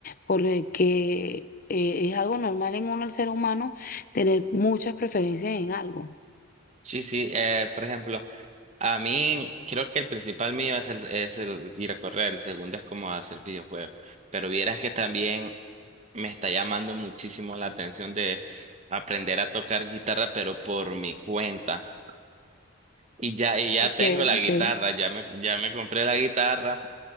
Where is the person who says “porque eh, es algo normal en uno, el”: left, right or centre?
Left